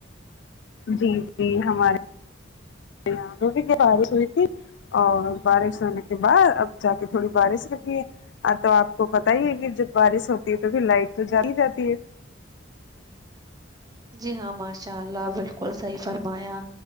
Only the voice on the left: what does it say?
جی جی ہمارے بارش ہوی تھی اور بارش ہونے کے بعد اب جا کے تھوڑی بارش رکی ہے ہاں تو آپ کو پتا ہی ہے کہ جب بارش ہوتی ہے تو پھر لائٹ تو جاتی ہی جاتی ہے